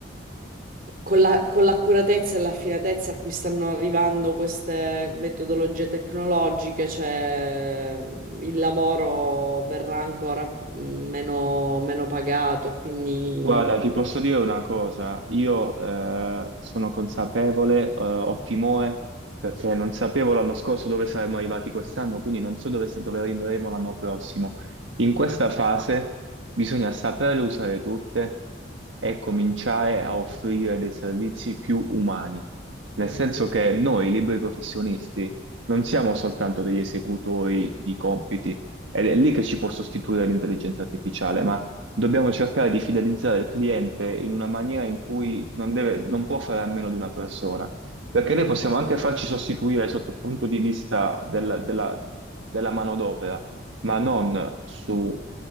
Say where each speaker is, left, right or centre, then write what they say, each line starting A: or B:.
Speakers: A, on the right (about 45°); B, on the right (about 80°).
A: con la- con l'accuratezza e l'affinatezza a cui stanno arrivando queste metodologie tecnologiche, cioè mm, il lavoro verrà ancora mh, meno, meno pagato, e quindi
B: Guarda, ti posso dire una cosa, io eh, sono consapevole, eh, ho timore perché non sapevo l'anno scorso dove saremmo arrivati quest'anno, quindi non so dove, sa- dove arriveremo l'anno prossimo. In questa fase bisogna saperle usare tutte e cominciare a offrire dei servizi più umani, nel
A: mh,
B: senso che noi, liberi professionisti, non siamo soltanto degli esecutori di compiti, ed è lì che ci può sostituire l'intelligenza artificiale, Dobbiamo cercare di fidelizzare il cliente in una maniera in cui non deve- non può fare a meno di una persona, perché noi possiamo anche farci sostituire sotto il punto di vista della, della, della manodopera, ma non su